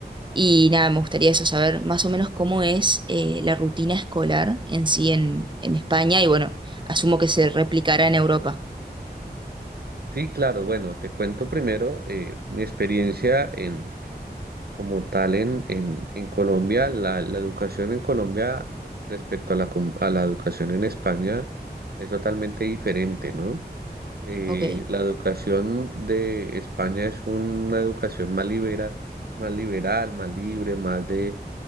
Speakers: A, on the right (about 25°); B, on the right (about 65°).
A: y nada, me gustaría eso saber más o menos cómo es eh, la rutina escolar en sí en, en España, y bueno, asumo que se replicará en Europa.
B: Sí, claro, bueno, te cuento primero eh, mi experiencia en, como tal en, en, en Colombia, la, la educación en Colombia respecto a la, com- a la educación en España es totalmente diferente, ¿no? Eh,
A: Ok,
B: la educación de España es una educación más liberal, más liberal, más libre, más de